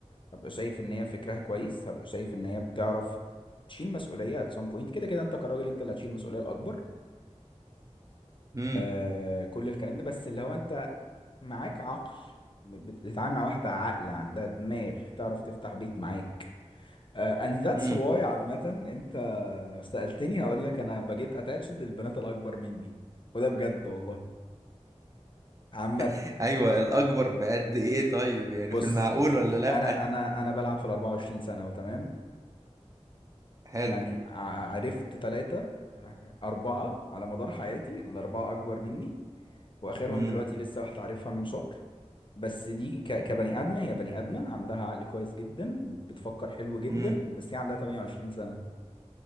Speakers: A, on the left (about 45°); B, on the right (about 30°).
A: هبقى شايف ان هي فكرها كويس هبقى شايف ان هي بتعرف تشيل مسؤولية at some point كده كده انت كراجل انت اللي هتشيل المسؤولية الاكبر
B: امم
A: آه كل الكلام ده بس اللي هو انت معاك عقل بت- بتتعامل مع واحدة عاقلة عندها دماغ تعرف تفتح بيت معاك آه، and that's
B: امم
A: why عامة انت لو سألتني هقول لك انا بقيت attached للبنات الاكبر مني وده بجد والله عامة
B: <laughs> ايوه الاكبر بقد ايه طيب يعني
A: بص
B: في المعقول
A: بص
B: ولا لا
A: انا انا انا بلعب في ال 24 سنة وتمام
B: حلو
A: يعني ع- عرفت ثلاثة أربعة على مدار حياتي الأربعة أكبر مني وآخرهم
B: امم
A: دلوقتي لسه واحدة عارفها من شهر بس دي ك... كبني آدمة هي بني آدمة عندها عقل كويس جدا بتفكر حلو جدا
B: امم
A: بس هي عندها 28 سنة